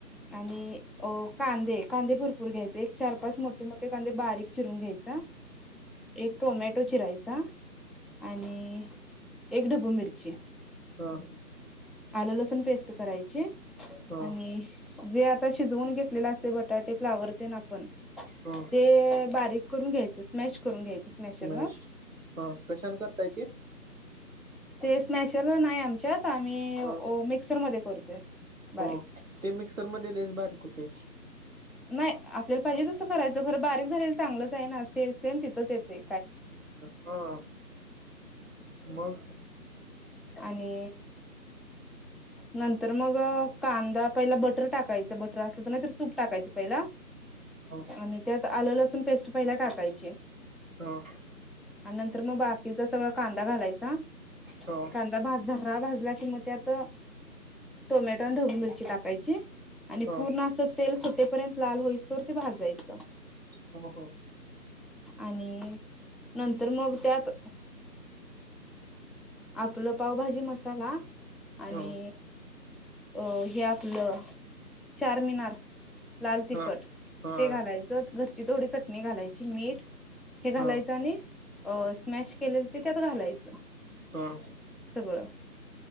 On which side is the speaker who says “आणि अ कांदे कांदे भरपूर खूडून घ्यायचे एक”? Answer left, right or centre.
Centre